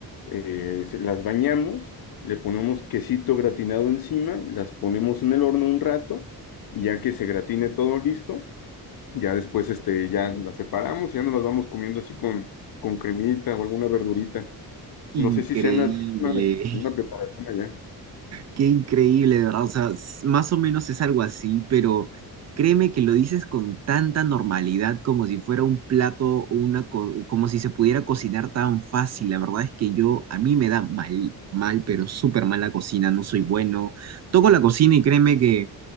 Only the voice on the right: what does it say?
Increíble.
<laughs>
Qué increíble, de verdad. O sea, s- más o menos es algo así, pero créeme que lo dices con tanta normalidad como si fuera un plato, o una co- como si se pudiera cocinar tan fácil. La verdad es que yo, a mí me da mal, mal, pero súper mal la cocina, no soy bueno. Toco la cocina y créeme que